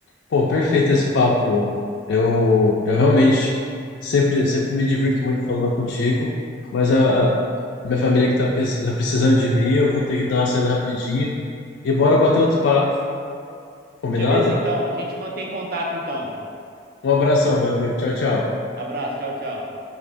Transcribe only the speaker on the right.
Beleza, então. A gente mantém contato, então.
Abraço, tchau, tchau.